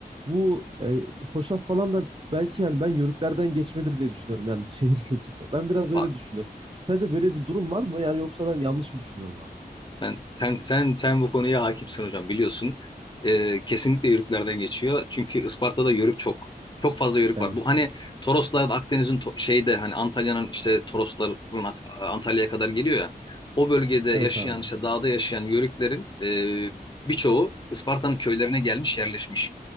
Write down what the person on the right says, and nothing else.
bu e, hoşaf falan da belki yani ben yörüklerden geçmedir diye düşünüyorum. Yani <laughs> şehir kültürde. Ben biraz öyle
düşünüyorum. Sence böyle bir durum var mı? Yani yoksa ben yanlış mı düşünüyorum abi?
Evet.
Evet abi.